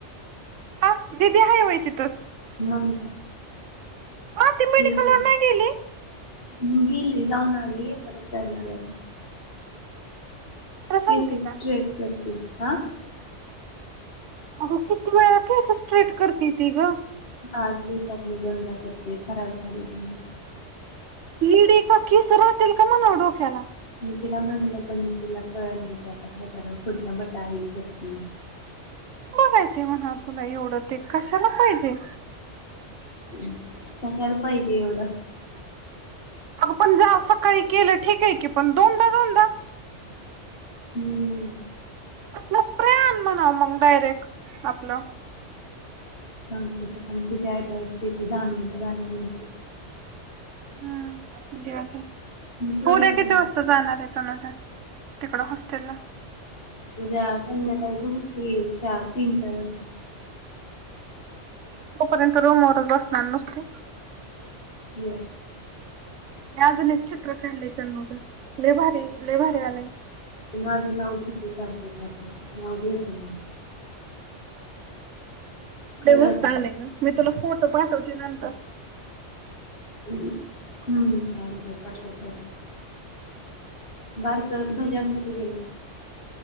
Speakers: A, on the right; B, on the left.
A: हा दिदी हाय होय तीथ
B: मग
A: हा ती मेडिकलवर
B: हेच
A: नाही गेली
B: गेली जाऊन आली परत जाणार आहे आता
A: तर सांगते
B: केस
A: का
B: स्ट्रेट करते हा.
A: अग किती वेळा केस स्ट्रेट करते ती ग.
B: आज दिवसातून दंडा करते खराब झालेत नाही.
A: इडी का कीस राहतील का म ना डोक्याला.
B: मी तिला म्हणलं पण तिला कळलं नाही ते आता काय करावं खुर्च्या बटा आई करती.
A: बघायचे मग ह तुला एवढं ते कशाला पाहिजे
B: ती कशाला पाहिजे एवढं.
A: अग पण जा सकाळी केलं ठीक आहे की पण दोनदा दोनदा.
B: हम्म
A: आप स्प्रे आन म्हणाव मग डायरेक्ट आपलं.
B: सांगतेग तुझी ऍडवाइस देते दहा मिनिटं झाल्यानंतर.
A: हम्म जाऊदे
B: पिवडी
A: उद्या
B: कुठे
A: कीती वाजता जाणार आहे तनुजा तिकड हॉस्टेल ला
B: उद्या संध्याकाळी बघू की चार तीन चार वाजता.
A: तोपर्यंत रूमवर बसणार नुसत्या
B: येस
A: मी अजून एक चित्र काढले त्यां म लेभारी लेभारीे आले.
B: ती माझं नाव घेते सारखं सारखं नाव घ्यायचं नाय. कळलं
A: ते मस्त
B: का
A: आले ग मी तुला फोटो पाठवते नंतर.
B: हम् हम् चालते पाटो पाठो <unintelligible> ऐकत भजन किती गेले.